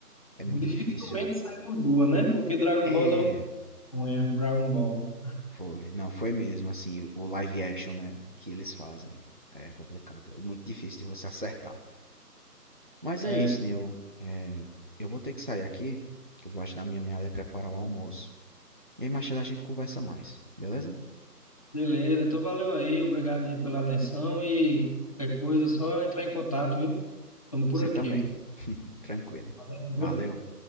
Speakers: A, on the right (about 30°); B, on the left (about 20°).
A: é muito
B: Dificilmente
A: difícil.
B: sai uma boa, né? Porque Dragon
A: É,
B: Ball é uma Dragon Ball.
A: Foi, não, foi mesmo, assim, o live action, né, que eles fazem. É complicado, é muito difícil de você acertar. Mas
B: É,
A: é isso, Neil. É, eu vou ter que sair aqui, que eu vou ajudar minha mãe a preparar o almoço. E aí mais tarde a gente conversa mais, beleza?
B: beleza, então valeu aí, obrigado aí pela atenção e qualquer coisa, é só entrar em contato, viu? Estamos por
A: Você
B: aqui.
A: também. <laughs> Tranquilo.
B: Valeu, viu?
A: Valeu.